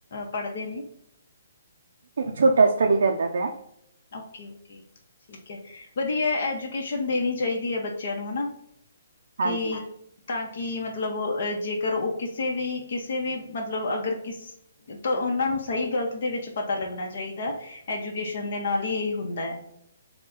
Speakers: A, on the left; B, on the right.
A: ਪੜਦੇ ਨੇ?
B: ਛੋਟਾ ਸਟੱਡੀ ਕਰਦਾ ਪੇਆ।
A: ਓਕੇ-ਓਕੇ ਠੀਕੈ, ਵਧੀਆ ਐਜੂਕੇਸ਼ਨ ਦੇਣੀ ਚਾਈਦੀ ਐ ਬੱਚੇਆਂ ਨੂੰ ਹਨਾ, ਕਿ
B: ਹਾਂਜੀ
A: ਤਾਂ ਕਿ ਮਤਲਬ ਜੇਕਰ ਉ ਕਿਸੇ ਵੀ, ਕਿਸੇ ਵੀ, ਮਤਲਬ ਅਗਰ ਕਿਸ ਤੇ ਓਨਾਂ ਨੂੰ ਸਈ ਗਲਤ ਦੇ ਵਿੱਚ ਪਤਾ ਲੱਗਣਾ ਚਾਈਦੈ, ਐਜੂਕੇਸ਼ਨ ਦੇ ਨਾਲ। ਵੀ ਹੁੰਦੈ।